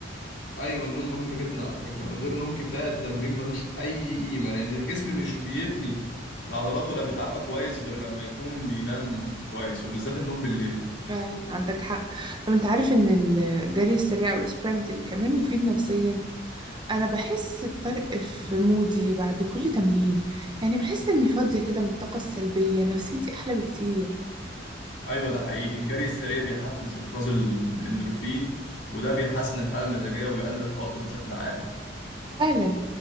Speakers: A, on the left; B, on the right.
A: أيوة النوم مهم جدا على فكرة من غير نوم كفاية التمرين ملوش أي قيمة لأن الجسم مش بيبني العضلات ولا بيتعافى كويس غير لما يكون بينام كويس وبالذات النوم بالليل
B: فعلا عندك حق طب انت عارف ان الجري السريع والسبرنتنج كمان مفيد نفسيا انا بحس بفرق في مودي بعد كل تمرين يعني بحس اني فاضية كده من الطاقة السلبية نفسيتي احلى بكتير
A: ايوه ده حقيقي الجري السريع بيحفز افراز الاندروفين وده بيحسن الحاله المزاجيه وبيقلل التوتر بشكل عام
B: فعلا